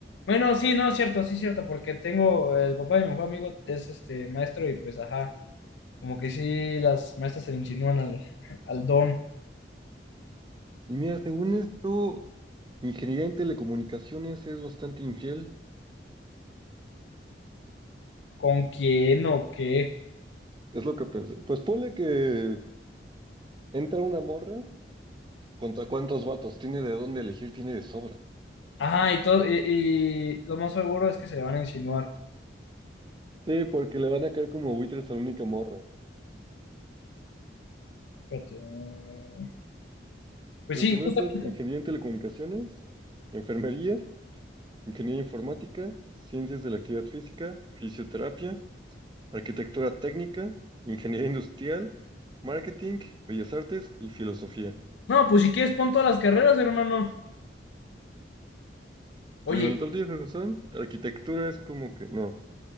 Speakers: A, on the left; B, on the right.
A: Bueno, sí, no, es cierto, sí, es cierto, porque tengo el papá de mi mejor amigo, es este maestro, y pues, ajá, como que sí, las maestras se le insinúan al, al don,
B: Y mira, según esto, ingeniería en telecomunicaciones es bastante infiel.
A: con quién o qué.
B: Es lo que pensé. Pues ponle que entra una morra, ¿contra cuántos vatos? Tiene de dónde elegir, tiene de sobra.
A: Ajá, y todo, y, y lo más seguro es que se le van a insinuar.
B: Sí, porque le van a caer como buitres a la única morra.
A: Espérate. eh, Pues
B: Pero
A: sí,
B: según
A: justamente.
B: esto, ingeniería en telecomunicaciones, enfermería, ingeniería informática, ciencias de la actividad física, fisioterapia, arquitectura técnica, ingeniería industrial, marketing, bellas artes y filosofía.
A: No, pues si quieres, pon todas las carreras, hermano. Oye,
B: Te digo, en el top 10 de razón, arquitectura es como que no.